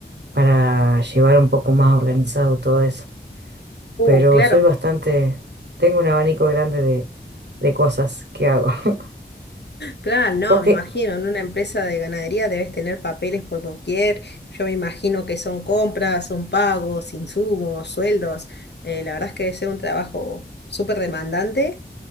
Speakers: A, on the right; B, on the left.
A: para llevar un poco más organizado todo eso.
B: Uh,
A: Pero
B: claro,
A: soy bastante, tengo un abanico grande de, de cosas que hago. <laughs>
B: claro, no,
A: Porque
B: me imagino, en una empresa de ganadería debes tener papeles por doquier, yo me imagino que son compras, son pagos, insumos, sueldos, eh, la verdad es que debe ser un trabajo súper demandante